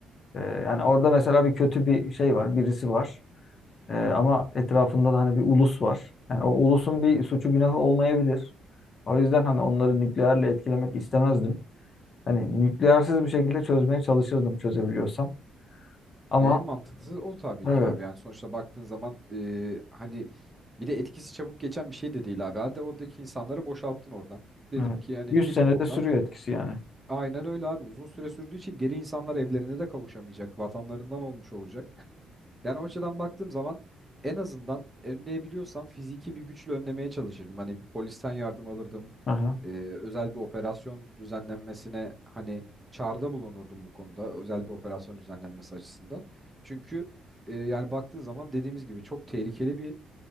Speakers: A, on the left; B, on the right.
A: e, yani orada mesela bir kötü bir şey var, birisi var. E, ama etrafında da hani bir ulus var. Yani o ulusun bir suçu günahı olmayabilir. O yüzden hani onları nükleerle etkilemek istemezdim. Hani nükleersiz bir şekilde çözmeye çalışırdım çözebiliyorsam. Ama
B: Ya en mantıklısı o tabii
A: evet,
B: ki abi. Yani sonuçta baktığın zaman e, hani bir de etkisi çabuk geçen bir şey de değil abi. Hadi oradaki insanları boşalttın oradan. Dedim
A: evet.
B: ki hani
A: 100
B: gidin
A: senede
B: buradan.
A: sürüyor etkisi yani.
B: Aynen öyle abi. Uzun süre sürdüğü için geri insanlar evlerine de kavuşamayacak. Vatanlarından olmuş olacak. Yani o açıdan baktığım zaman en azından önleyebiliyorsam fiziki bir güçle önlemeye çalışırdım. Hani bir polisten yardım alırdım.
A: Aha.
B: Ee, özel bir operasyon düzenlenmesine hani çağrıda bulunurdum bu konuda. Özel bir operasyon düzenlenmesi açısından. Çünkü e, yani baktığın zaman dediğimiz gibi çok tehlikeli bir